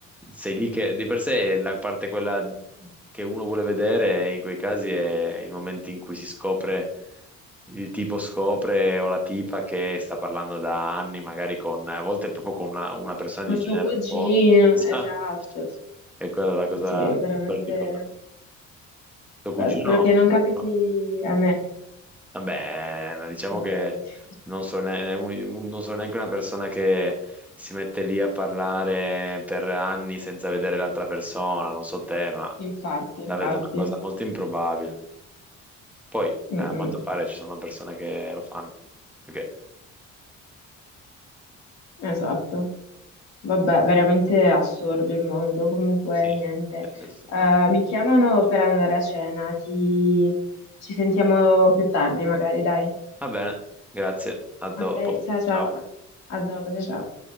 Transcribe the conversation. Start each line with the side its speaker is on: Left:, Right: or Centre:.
Centre: sei lì che di per sé la parte quella che uno vuole vedere in quei casi è il momento in cui si scopre, il tipo scopre o la tipa che sta parlando da anni, magari con, a volte proprio con una, una persona
Left: Con
Centre: di
Left: suo
Centre: genere
Left: cugino,
Centre: un po'... <laughs> Esatto.
Left: esatto.
Centre: E quella è la cosa
Left: Sì, è veramente.
Centre: particolare. Tuo cugino?
Left: Beh, spero che non capiti
Centre: no?
Left: a me.
Centre: Vabbè, ma diciamo
Left: Veramente.
Centre: che non sono, ne- un- non sono neanche una persona che si mette lì a parlare per anni senza vedere l'altra persona, non so te, ma
Left: Infatti, infatti.
Centre: la vedo una cosa molto improbabile. Poi, eh,
Left: Mm,
Centre: a
Left: mm.
Centre: quanto pare ci sono persone che lo fanno. Perché-
Left: Esatto. Vabbè, veramente assurdo il mondo. Comunque,
Centre: Sì,
Left: niente.
Centre: sì, sì, sì.
Left: Eh, mi chiamano per andare a cena. Ti... Ci sentiamo più tardi, magari, dai.
Centre: Va bene, grazie, a dopo.
Left: Ok, ciao ciao.
Centre: Ciao.
Left: A dopo, ciao ciao.